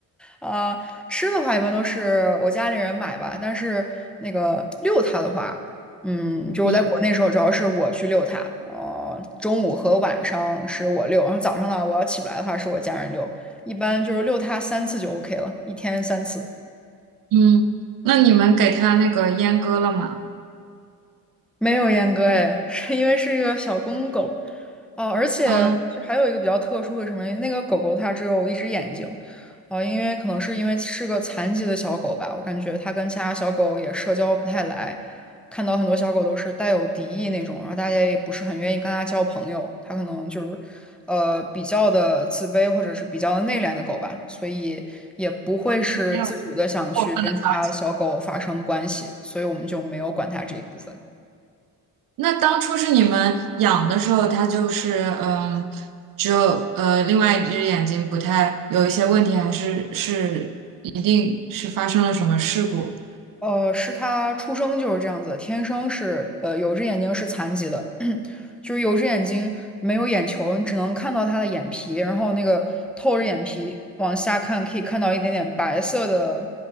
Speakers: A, in the centre; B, on the right (about 55°).
A: 啊、吃的话一般都是我家里人买吧，但是那个遛它的话，嗯，就我在国内时候主要是我去遛它，
B: 嗯
A: 呃，中午和晚上是我遛，然后早上呢我要起不来的话是我家人遛，一般就是遛它三次就 OK 了，一天三次。
B: 嗯，那你们给它那个阉割了吗？
A: 没有阉割哎，<laughs> 是因为是一个小公狗，哦，而且就还有一个比较特殊的什么，
B: 啊，
A: 那个狗狗它只有一只眼睛，哦，因为可能是因为是个残疾的小狗吧，我感觉它跟其他小狗也社交不太来，看到很多小狗都是带有敌意那种，然后大家也不是很愿意跟它交朋友，它可能就是。呃，比较的自卑或者是比较的内敛的狗吧，所以也不会是自主的想去跟其他小狗发生关系，
B: 没有过分的操心
A: 所以我们就没有管它这一部分。
B: 那当初是你们养的时候，它就是嗯，只有呃另外一只眼睛不太有一些问题，还是是一定是发生了什么事故？
A: 呃，是他出生就是这样子的，天生是呃有一只眼睛是残疾的，<coughs> <clears throat> 就是有一只眼睛没有眼球，你只能看到他的眼皮，然后那个透着眼皮往下看，可以看到一点点白色的，